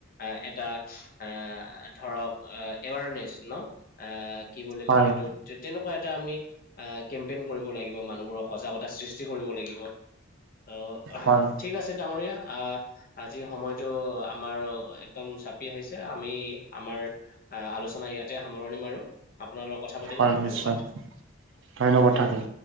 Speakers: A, on the left (about 45°); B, on the right (about 65°).
A: আহ এটা আহ ধৰক এৱাৰনেছ ন আহ কি বুলি
B: হয়
A: কয় সেইটোত তেনেকুৱা এটা আমি, আহ কেম্পেইন কৰিব লাগিব মানুহবোৰৰ সজাগতা সৃষ্টি কৰিব লাগিব অ
B: হয়
A: ঠিক আছে ডাঙৰীয়া আহ আজি সময়টো আমাৰ একদম চাপি আহিছে আমি আমাৰ, আহ আলোচনা ইয়াতে সামৰণি মাৰো আপোনাৰ লগত কথা পাতিলো
B: হয়
A: ধন্যবাদ।
B: নিশ্চয় ধন্যবাদ থাকিল